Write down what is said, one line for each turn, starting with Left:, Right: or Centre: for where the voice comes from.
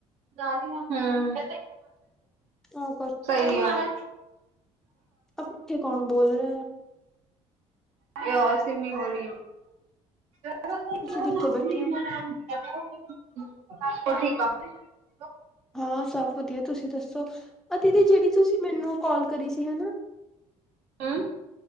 Right: ਹਮ
Centre: ਤਾਂ
Right: ਸਹੀ ਹੈ
Centre: ਆਪ ਇਿੱਥੇ ਕੌਣ ਬੋਲ ਰਹੇ ਆ
Right: ਇਹ ਆ ਸੀਮੀਿੰ ਹੋਣੀ ਆ <unintelligible> ਉਹ
Centre: ਤੁਸੀਂ ਕਿੱਥੇ ਬੈਠੇ
Right: ਕ
Centre: ਹੋ
Right: ਆ <unintelligible>
Centre: ਹਾਂ ਸਭ ਵਧੀਆ ਤੁਸੀਂ ਦੱਸੋ ਅਧ ਦੀ ਜਿਹੜੀ ਤੁਸੀਂ ਮੈਨੂੰ ਕਾਲ ਕਰੀ ਸੀ ਹਨਾ
Right: ਹੈਂ